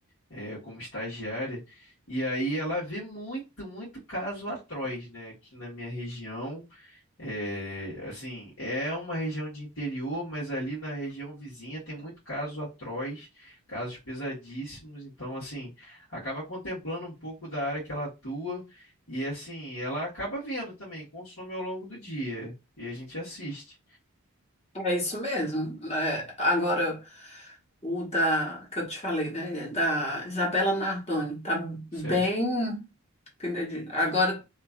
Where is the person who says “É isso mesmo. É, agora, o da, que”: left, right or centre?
Left